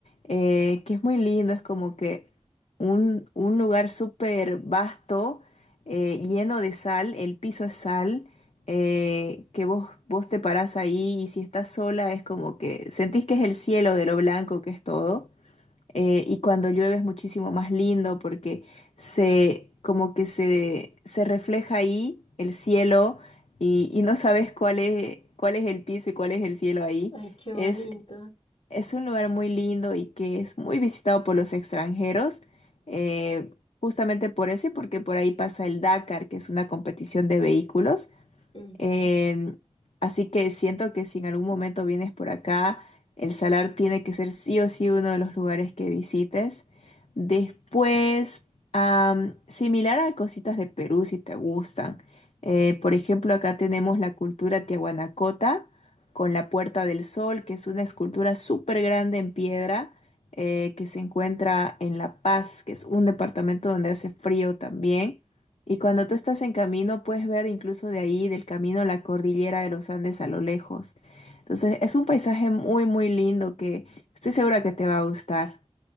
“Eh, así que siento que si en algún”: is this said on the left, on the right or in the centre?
Left